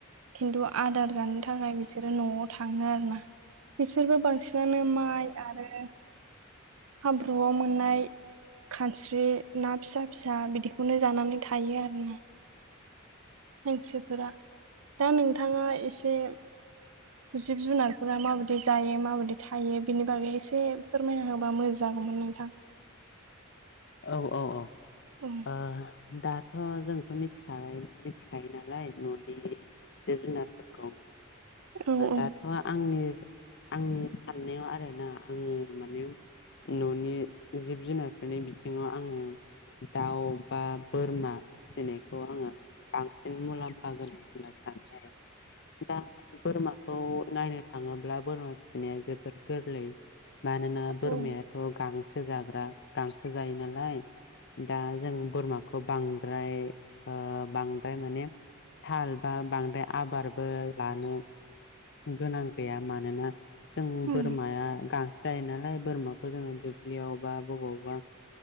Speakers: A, on the right; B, on the left.
A: खिन्थु आदार जानो थाखाय बिसोरो न'आव थाङो आरो ना। बिसोरबो बांसिनानो माइ आरो हाब्रुआव मोननाय खानस्रि ना फिसा फिसा बिदिखौनो जानानै थायो आरो न। मानसिफोरा दा नोंथाङा एसे जिब जुनारफोरा माबायदि जायो माबायदि थायो बिनि बागै एसे फोरमायना होबा मोजां मोन नोंथां।
B: औ औ औ।
A: औ
B: ओ दाथ' जोंथ' मिथिखाबाय मिथिखायो नालाय न'नि जिब जुनारफोरखौ
A: ओं ओं
B: दाथ' आंनि आंनि साननायाव आरो। ना आं माने न'नि जिब जुनारफोरनि बिथिङाव आं दाउ बा बोरमा फिसिनायखौ आङो बांसिन मुलाम्फा गोनां होनना सानो आरो। दा बोरमाखौ नायनो थाङोब्ला बोरमा फिसिनाया जोबोर गोरलै। मानोना बोरमायाथ'
A: औ
B: गांसो जाग्रा गां जायो नालाय दा जों बोरमाखौ बांद्राय बांद्राय माने थाल बा बांद्राय आबारबो लानो गोनां गैया मानोना जों
A: उम
B: बोरमाया गां जायो नालाय बोरमाखौ जोङो दुब्लियाव बा बबावबा